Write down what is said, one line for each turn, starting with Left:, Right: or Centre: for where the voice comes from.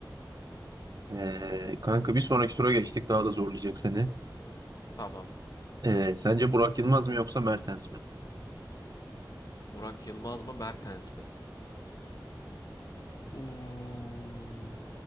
Right: Ee, kanka bir sonraki tura geçtik. Daha da zorlayacak seni.
Left: Tamam.
Right: Ee, sence Burak Yılmaz mı yoksa Mertens mi?
Left: Burak Yılmaz mı Mertens mi? Uuu.